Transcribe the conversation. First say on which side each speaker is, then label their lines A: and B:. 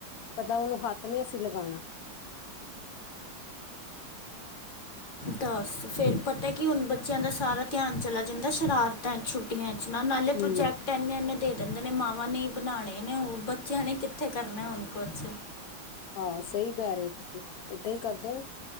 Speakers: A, on the left (about 65°); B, on the left (about 30°).
A: ਪਤਾ ਉਹਨੂੰ ਹੱਥ ਨੀ ਅਸੀਂ ਲਗਾਣਾ।
B: ਦਸ, ਫਿਰ ਪਤਾ ਕਿ ਹੁਣ ਬੱਚਿਆਂ ਦਾ ਸਾਰਾ ਧਿਆਨ ਚਲਾ ਜਾਂਦਾ ਸ਼ਰਾਰ ਛੁੱਟੀਆਂ 'ਚ ਨਾ ਨਾਲੇ
A: ਹੂੰ
B: ਪ੍ਰੋਜੈਕਟ ਇਨੇੇ-ਇਨੇ ਕਹਿੰਦੇ ਨੇ ਮਾਵਾਂ ਨੇ ਬਣਾਣੇ ਨੇ ਉਹ ਬੱਚਿਆਂ ਨੇ ਕਿੱਥੇ ਕਰਨਾ ਹੁਣ ਕੁਛ।
A: ਹਾਂ ਸਹੀ ਕਹਿ ਰਹੇ ਹੋ ਤੁਸੀਂ, ਏਦਾਂ ਈ ਕਰਦੇ ਨੇ।